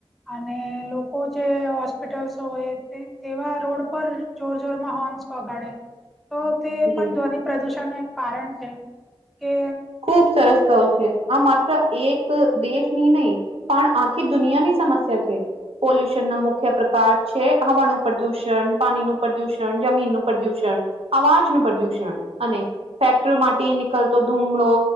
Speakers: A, in the centre; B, on the right.
A: અને લોકો જે હોસ્પિટલ્સ હોય તે તેવા રોડ પર જોર જોર માં હોર્ન્સ વગાડે તો તે
B: જી
A: પણ ધ્વનિ પ્રદૂષણ નું એક કારણ છે કે
B: ખુબ સરસ <unintelligible> છે આ માત્ર એક દેશની નઇ પણ આખી દુનિયાની સમસ્યા છે. પોલ્યુશન ના મુખ્ય પ્રકાર છે હવાનું પ્રદુષણ, પાણીનું પ્રદુષણ, જમીનનું પ્રદુષણ. અવાજનું પ્રદુષણ અને ફેક્ટરી માથી નીકળતો ધૂ માળો